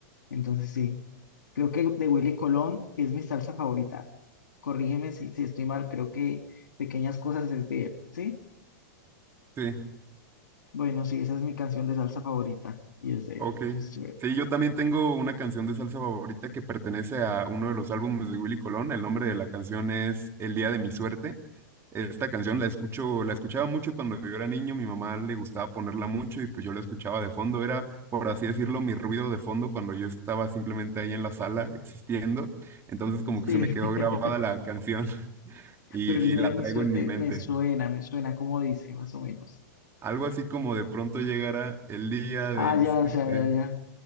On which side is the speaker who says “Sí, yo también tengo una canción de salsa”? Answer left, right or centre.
Right